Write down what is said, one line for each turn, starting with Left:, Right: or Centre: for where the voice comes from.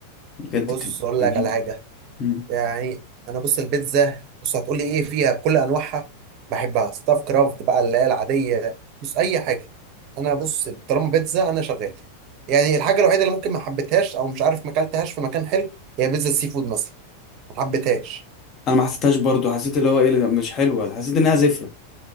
Left: بجد
Right: بص
Left: بتبقى
Right: اقول
Left: جميلة
Right: لك على حاجه
Left: مم.
Right: يعني انا بص البيتزا بص هتقول لي ايه فيها بكل انواعها بحبها ستاف كرافت بقى اللي هي العاديه بص اي حاجه انا بص طالما بيتزا انا شغال يعني الحاجه الوحيده اللي ممكن ما حبيتهاش او مش عارف ما اكلتهاش في مكان حلو هي بيتزا السي فود مثلا ما حبيتهاش
Left: انا ما حسيتهاش برضو حسيت اللي هو ايه لا، مش حلوه حسيت انها زفره